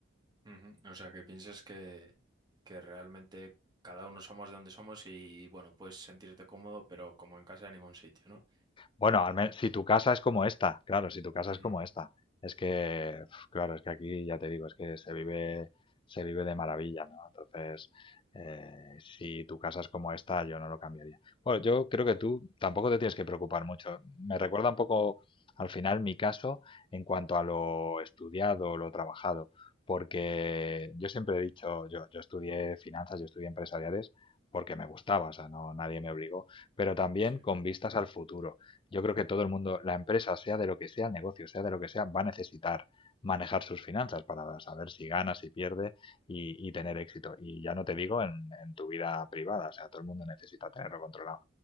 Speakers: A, on the right; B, on the left.
A: Ujú. O sea, que piensas que, que realmente cada uno somos de donde somos y bueno, puedes sentirte cómodo, pero como en casa en ningún sitio, ¿no?
B: Bueno, al menos si tu casa es como esta, claro, si tu casa
A: Ujú.
B: es como esta. Es que, uf, claro, es que aquí ya te digo, es que se vive, se vive de maravilla, ¿no? Entonces, eh, si tu casa es como esta, yo no lo cambiaría. Bueno, yo creo que tú tampoco te tienes que preocupar mucho. Me recuerda un poco, al final, mi caso en cuanto a lo estudiado, lo trabajado, porque yo siempre he dicho, yo, yo estudié finanzas, yo estudié empresariales porque me gustaba, o sea, no, nadie me obligó, pero también
A: Sí.
B: con vistas al futuro. Yo creo que todo el mundo, la empresa, sea de lo que sea, el negocio, sea de lo que sea, va a necesitar manejar sus finanzas para saber si gana, si pierde y, y tener éxito. Y ya no te digo en, en tu vida privada, o sea, todo el mundo necesita tenerlo controlado